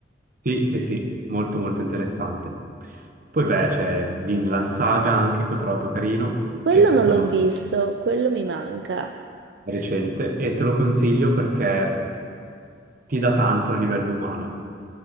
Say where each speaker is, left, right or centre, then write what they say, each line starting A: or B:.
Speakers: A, on the right; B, on the right.
A: Sì, sì, sì, molto, molto interessante. Poi beh, c'è Vinland Saga anche, che ho trovato carino,
B: Quello
A: che questo
B: non l'ho
A: è molto...
B: visto, quello mi manca.
A: recente e te lo consiglio perché ti dà tanto a livello umano.